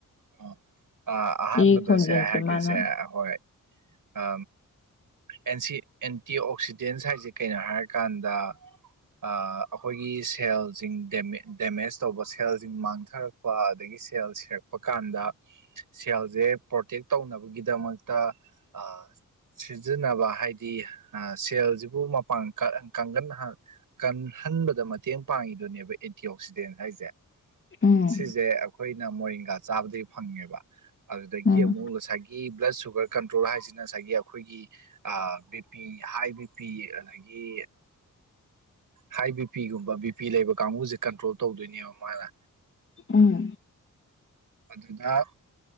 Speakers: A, on the right (about 75°); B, on the left (about 35°).
A: ꯍꯥ ꯑꯥ ꯑꯍꯥꯟꯕꯗ
B: ꯏ ꯈꯣꯡꯖꯦꯜꯁꯦ
A: ꯁꯦ ꯍꯥꯏꯒꯦꯁꯦ
B: ꯃꯥꯅ
A: ꯑꯍꯣꯏ ꯑ ꯑꯦꯟꯁꯤ ꯑꯦꯟꯇꯤ ꯑꯣꯛꯁꯤꯗꯦꯟꯁ ꯍꯥꯏꯁꯦ ꯀꯩꯅꯣ ꯍꯥꯏꯔꯀꯥꯟꯗ ꯑꯥ ꯑꯩꯈꯣꯏꯒꯤ ꯁꯦꯜꯖꯤꯡ ꯗꯦꯝ ꯗꯦꯃꯦꯖ ꯇꯧꯕ ꯁꯦꯜꯖꯤꯡ ꯃꯥꯡꯊꯔꯛꯄ ꯑꯗꯒꯤ ꯁꯦꯜ ꯁꯤꯔꯛ ꯔꯛꯄ ꯀꯥꯟꯗ ꯁꯦꯜꯖꯦ ꯄ꯭ꯔꯣꯇꯦꯛ ꯇꯧꯅꯕꯒꯤꯗꯃꯛꯇ ꯑ ꯁꯤꯖꯤꯟꯅꯕ ꯍꯥꯏꯗꯤ ꯑ ꯁꯦꯜꯖꯤꯕꯨ ꯃꯄꯥꯟ ꯀꯪ ꯀꯪꯍꯜ ꯍꯥꯟꯅ ꯀꯜꯍꯟꯕꯗ ꯃꯇꯦꯡ ꯄꯥꯡꯉꯤꯗꯨꯅꯦꯕ ꯑꯦꯟꯇꯤ ꯑꯣꯛꯁꯤꯗꯦꯟ ꯍꯥꯏꯖꯦ
B: ꯎꯝ
A: ꯁꯤꯁꯦ ꯑꯩꯈꯣꯏꯅ ꯃꯣꯔꯤꯡꯒꯥ ꯆꯥꯕꯗꯒꯤ ꯐꯪꯉꯦꯕ ꯑꯗꯨꯗꯒꯤ
B: ꯎꯝ
A: ꯑꯃꯨꯛ ꯉꯁꯥꯏꯒꯤ ꯕ꯭ꯂꯠ ꯁꯨꯒꯔ ꯀꯟꯇ꯭ꯔꯣꯜ ꯍꯥꯏꯁꯤꯅ ꯉꯁꯥꯏꯒꯤ ꯑꯩꯈꯣꯏꯒꯤ B P high B P ꯑꯗꯒꯤ ꯍꯥꯏ ꯕꯤ ꯄꯤꯒꯨꯝꯕ ꯕꯤ ꯄꯤ ꯂꯩꯕ ꯀꯥꯡꯒꯨꯖꯦ ꯀꯟꯇ꯭ꯔꯣꯜ ꯇꯧꯗꯣꯏꯅꯦꯕ ꯃꯥꯅ
B: ꯎꯝ
A: ꯑꯗꯨꯗ